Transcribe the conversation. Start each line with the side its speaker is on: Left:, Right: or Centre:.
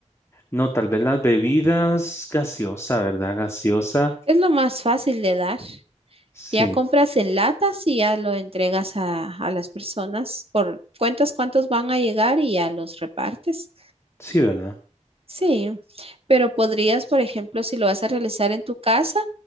Left: No, tal vez las bebidas gaseosa, ¿verdad? Gaseosa.
Right: Es lo más fácil de dar.
Left: Sí,
Right: Ya compras en latas y ya lo entregas a, a las personas por cuentas cuántos van a llegar y ya los repartes.
Left: sí, ¿verdad?
Right: Sí, pero podrías, por ejemplo, si lo vas a realizar en tu casa,